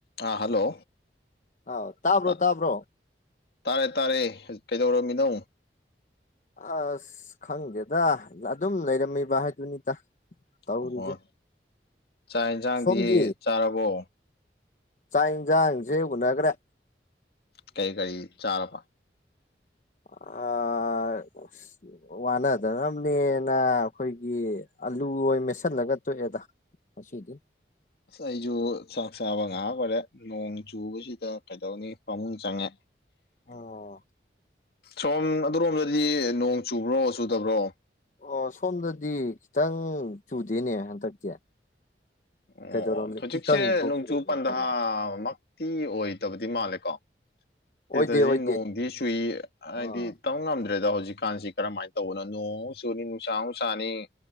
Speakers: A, on the left (about 60°); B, on the left (about 45°).
A: ꯑꯥ hello
B: ꯑꯥꯎ ꯇꯥꯕ꯭ꯔꯣ
A: ꯇꯥ
B: ꯇꯥꯕ꯭ꯔꯣ
A: ꯇꯥꯔꯦ ꯇꯥꯔꯦ ꯀꯩꯗꯧꯔꯝꯃꯤꯅꯣ
B: ꯑꯁ ꯈꯪꯗꯦꯗ ꯑꯗꯨꯝ ꯂꯩꯔꯝꯃꯤꯕ ꯍꯥꯏꯗꯨꯅꯤꯗ ꯇꯧꯔꯤꯁꯦ
A: ꯑꯣ ꯆꯥꯛ ꯌꯦꯟꯁꯥꯡꯗꯤ
B: ꯁꯣꯝꯗꯤ
A: ꯆꯥꯔꯕꯣ
B: ꯆꯥꯛ ꯌꯦꯟꯁꯥꯡꯁꯦ ꯎꯅꯒ꯭ꯔꯦ
A: ꯀꯔꯤ ꯀꯔꯤ ꯆꯥꯔꯕ
B: ꯑꯥ ꯋꯥꯅꯗꯅꯝꯅꯦꯅ ꯑꯈꯣꯏꯒꯤ ꯑꯂꯨ ꯑꯣꯏꯅ ꯃꯦꯠꯁꯤꯜꯂꯒ ꯇꯣꯛꯑꯦꯗ ꯉꯁꯤꯗꯤ
A: ꯑꯩꯁꯨ ꯆꯥꯛ ꯆꯥꯕ ꯉꯥꯍꯥꯛ ꯑꯣꯏꯔꯦ ꯅꯣꯡ ꯆꯨꯕꯁꯤꯗ ꯀꯩꯗꯧꯅꯤ ꯐꯃꯨꯡ ꯆꯪꯉꯦ
B: ꯑꯣ
A: ꯁꯣꯝ ꯑꯗꯨꯔꯣꯝꯗꯗꯤ ꯅꯣꯡ ꯆꯨꯕ꯭ꯔꯣ ꯆꯨꯗꯕ꯭ꯔꯣ
B: ꯑꯣ ꯁꯣꯝꯗꯗꯤ ꯈꯤꯇꯪ ꯆꯨꯗꯦꯅꯦ ꯍꯟꯗꯛꯇꯤ
A: ꯑꯣ
B: ꯀꯩꯗꯧꯔꯝꯅꯤ
A: ꯍꯧꯖꯤꯛꯁꯦ
B: ꯏꯀꯪ ꯊꯣꯛꯇꯣꯔꯤꯕ꯭ꯔꯥ
A: ꯅꯣꯡꯖꯨ ꯄꯟꯊꯥ
B: ꯀꯔꯤꯅꯣ
A: ꯃꯛꯇꯤ ꯑꯣꯏ ꯇꯕꯗꯤ ꯃꯥꯜꯂꯦ ꯀꯣ ꯁꯤꯗꯗꯤ
B: ꯑꯣꯏꯗꯦ ꯑꯣꯏꯗꯦ
A: ꯅꯣꯡꯗꯤ ꯆꯨꯏ ꯍꯥꯏꯗꯤ
B: ꯑꯥ
A: ꯇꯝ ꯉꯝꯗ꯭ꯔꯦꯗ ꯍꯧꯖꯤꯛ ꯍꯧꯖꯤꯛꯀꯥꯟꯁꯤ ꯀꯔꯝꯃꯥꯏ ꯇꯧꯕꯅꯣ ꯅꯣꯡ ꯑꯃꯨꯛ ꯆꯨꯅꯤ ꯅꯨꯡꯁꯥ ꯑꯃꯨꯛ ꯁꯥꯅꯤ